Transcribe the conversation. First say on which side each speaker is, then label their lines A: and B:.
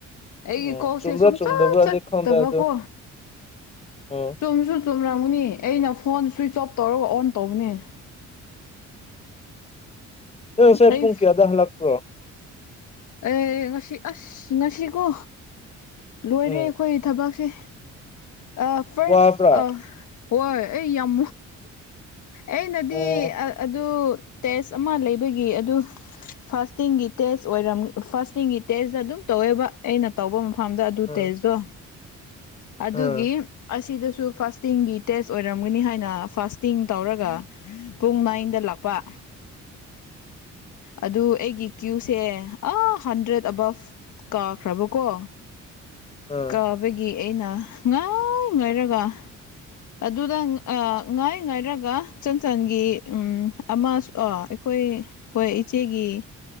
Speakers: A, on the left; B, on the left.
A: ꯑꯩꯒꯤ
B: ꯎꯝ
A: ꯀꯣꯛꯁꯦ
B: ꯆꯨꯝꯕ꯭ꯔꯥ
A: ꯁꯨꯡꯆꯠ
B: ꯆꯨꯝꯗꯕ꯭ꯔꯥꯗꯤ
A: ꯆꯠꯇꯕꯀꯣ
B: ꯈꯪꯗꯦ ꯑꯗꯨ ꯎꯝ
A: ꯆꯨꯝꯁꯨ ꯆꯨꯝꯔꯝꯒꯅꯤ ꯑꯩꯅ ꯐꯣꯟ ꯁꯨꯏꯟ ꯑꯣꯞ ꯇꯧꯔꯒ ꯑꯣꯟ ꯇꯧꯕꯅꯤ
B: ꯑꯪ ꯉꯁꯥꯏ
A: ꯑꯩ
B: ꯄꯨꯡ ꯀꯌꯥꯗ ꯍꯜꯂꯛꯄ꯭ꯔꯣ
A: ꯑꯦ ꯉꯁꯤ ꯑꯁ ꯉꯁꯤꯀꯣ ꯂꯣꯏꯔꯦ
B: ꯎꯝ
A: ꯑꯈꯣꯏꯒꯤ ꯊꯕꯛꯁꯦ ꯑ ꯐꯥꯔꯁ
B: ꯋꯥꯕ꯭ꯔꯥ
A: ꯑ ꯋꯣꯏ ꯑꯩ ꯌꯥꯝ ꯑꯩꯅꯗꯤ
B: ꯑꯣ
A: ꯑꯑꯗꯨ ꯇꯦꯁ ꯑꯃ ꯂꯩꯕꯒꯤ ꯑꯗꯨ ꯐꯥꯁꯇꯤꯡꯒꯤ ꯇꯦꯁ ꯑꯣꯏꯔꯝ ꯐꯥꯔꯁ ꯇꯤꯡꯒꯤ ꯇꯦꯁ ꯑꯗꯨꯝ ꯇꯧꯋꯦꯕ ꯑꯩꯅ ꯇꯧꯕ ꯃꯐꯝꯗ ꯑꯗꯨ
B: ꯎꯝ
A: ꯇꯦꯁꯇꯣ ꯑꯗꯨꯒꯤ
B: ꯎꯝ
A: ꯑꯁꯤꯗꯁꯨ ꯐꯥꯁꯇꯤꯡꯒꯤ ꯇꯦꯁ ꯑꯣꯏꯔꯝꯒꯅꯤ ꯍꯥꯏꯅ ꯐꯥꯁꯇꯤꯡ ꯇꯧꯔꯒ ꯄꯨꯡ ꯅꯥꯏꯟꯗ ꯂꯥꯛꯄ ꯑꯗꯨ ꯑꯩꯒꯤ ꯀ꯭ꯌꯨꯏꯁꯦ ꯑ ꯍꯟꯗ꯭ꯔꯦꯠ ꯑꯕꯞ ꯀꯥꯈ꯭ꯔꯕꯀꯣ
B: ꯎꯝ
A: ꯀꯥꯕꯒꯤ ꯑꯩꯅ ꯉꯥꯏ ꯉꯥꯏꯔꯒ ꯑꯗꯨꯗ ꯑ ꯉꯥꯏ ꯉꯥꯏꯔꯒ ꯆꯟꯆꯟꯒꯤ ꯎꯝ ꯑꯃꯁ ꯑ‌ ꯑꯩꯈꯣꯏ ꯍꯣꯏ ꯏꯆꯦꯒꯤ